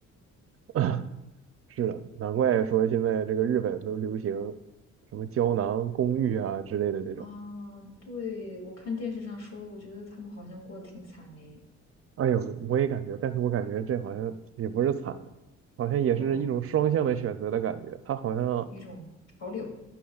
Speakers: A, on the right (about 50°); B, on the left (about 55°).
A: <coughs> <laughs> 是的，难怪说现在这个日本都流行什么胶囊公寓啊之类的这种。
B: 啊，对，我看电视上说的，我觉得他们好像过得挺惨诶。
A: 哎呦，我也感觉，但是我感觉这好像也不是惨，好像也是一种双向的选择的感觉。
B: 哦，
A: 他好像
B: 一种潮流